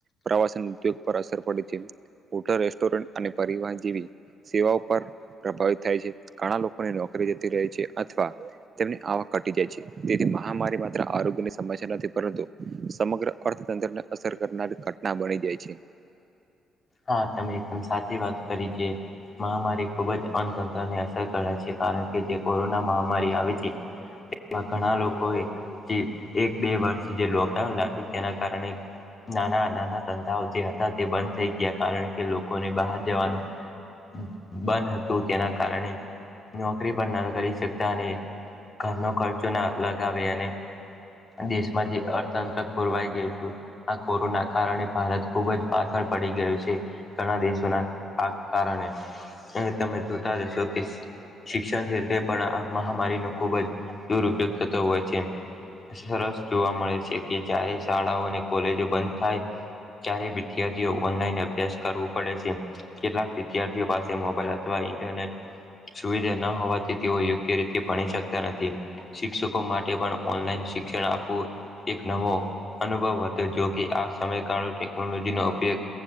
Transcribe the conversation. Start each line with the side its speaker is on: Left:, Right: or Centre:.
Right: પ્રવાસન ઉદ્યોગ પર અસર પડે છે મોટા રેસ્ટોરન્ટ અને પરિવહન જેવી સેવાઓ પર પ્રભાવિત થાય છે ઘણા લોકોની નોકરી જતી રહે છે અથવા તેમની આવક ઘટી જાય છે તેથી મહામારી માત્ર આરોગ્ય ની સમસ્યા નથી પરંતુ સમગ્ર અર્થતંત્રને અસર કરનાર ઘટના બની જાય છે
Left: હા તમે એકદમ સાચી વાત કરી જે મહામારી ખૂબ જ અંધંધાને અસર કરે છે કારણ કે જે કોરોના મહામારી આવે તી એમાં ઘણા લોકોએ જે એક બે વર્ષ જે લોકડાઉન લાગ્યું તેના કારણે નાના નાના ધંધાઓ જે હતા તે બંધ થઈ ગયા કારણ કે લોકોને બહાર જવાનું બંધ હતું તેના કારણે નોકરી પણ ન કરી શકતા અને ઘરનો ખર્ચો ના લગાવે અને દેશમાં જે અર્થતંત્ર ખોરવાઈ ગયું હતું આ કોરોના કારણે ભારત ખુબ જ પાછળ પડી ગયું છે ઘણા દેશોના આ કારણે અ તમે જોતા જશો કે શિક્ષણક્ષેત્ર પણ આ મહામારીનો ખૂબ જ દુરુયોગ થતો હોય છે. સરસ જોવા મળે છે કે જારે શાળાઓ અને કોલેજો બંધ થાય. ત્યારે વિધાર્થી ઓનલાઈન અભ્યાસ કરવું પડે છે કેટલાક વિદ્યાર્થીઓ પાસે મોબાઈલ અથવા ઇન્ટરનેટ સુવિધા ના હોવાથી તેઓ યોગ્ય રીતે ભણી શકતા નથી શિક્ષકો માટે પણ ઓનલાઈન શિક્ષણ આપવું એક નવો અનુભવ હતો જોકે આ સમયગાળો ટેકનોલોજીનો ઉપયોગ